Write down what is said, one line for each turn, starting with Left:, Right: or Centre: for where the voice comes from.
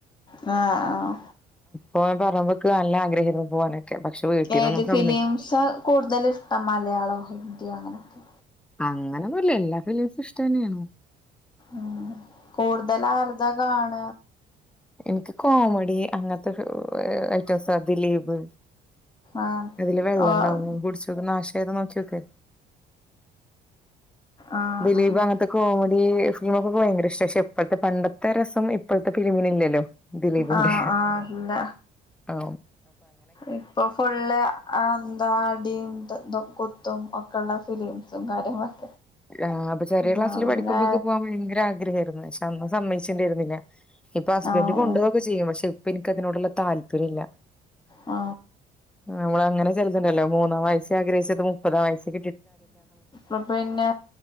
Left: ആഹ ആഹ
Centre: പോവാൻ പറയുമ്പൊക്ക് നല്ല ആഗ്രഹിരുന്നു. പോവാനൊക്കെ. പക്ഷെ. വീട്ടീന്നൊന്നും
Left: ഏത്
Centre: സമ്മ
Left: ഫിലിംസ് കൂടുതല ഇഷ്ടം മലയാളോ ഹിന്ദിയോ അങ്ങനെയൊക്കെ
Centre: അങ്ങനെൊന്നുംല്ല എല്ലാ ഫിലിംസും ഇഷ്ട തന്നെണ്.
Left: ഉ കൂടുതൽ ആരതാ കാണ
Centre: എനിക്ക് കോമഡി അങ്ങനത്തെ ഐറ്റവും സ ദി ലീപ്
Left: ആഹ്
Centre: അതില് വെള്ളം
Left: ആഹ്
Centre: ഉണ്ടാവും കുടിച്ചോക്ക് നാശ നോക്കോക്ക്
Left: ആഹ്
Centre: ദിലീപ്
Left: ആഹ്
Centre: അങ്ങനത്തൊകോ ഈ ഫിലിമൊക്കെ ഭയങ്കര ഇഷ്ട പക്ഷെ ഇപ്പോഴത്തെ പണ്ടത്തെ രസം ഇപ്പോഴത്തെ ഫലിമിന് ഇല്ലല്ലോ ദിലീപിന്റെ
Left: ആഹ് ആഹ് ഇല്ല
Centre: ആഹ.
Left: ഇപ്പൊ ഫുള് അ എന്താ അടിം, കുത്തും, ഒക്കെള്ള <unintelligible> സും കാര്യങ്ങളൊക്കെ
Centre: ആഹ്പ്പൊ ചെറിയ
Left: ആഹ്
Centre: ക്ലാസ്സിൽ
Left: അപ്പ
Centre: പഠിക്കുമ്പോക്കെ
Left: പിന്നെ
Centre: പോവാൻ ഭയങ്കര ആഗ്രഹ ആയിരുന്നു പക്ഷെ അന്ന് സമ്മയിച്ചി രുന്നില്ല ഇപ്പൊ ഹസ്ബൻഡറ്
Left: ആഹ്
Centre: കൊണ്ട്പോകൊക്കെ ചെയ്യും പക്ഷെ ഇപ്പൊ എനിക്ക അതിനോടുള്ള താല്പര്യ ഇില്ല
Left: ആ
Centre: <unintelligible> അങ്ങനെലുണ്ടല്ലോ മൂന്നാം വയസ്സ ആഗ്രഹിച്ചത് മുപ്പതാം വസ്കി
Left: അ പിന്നെ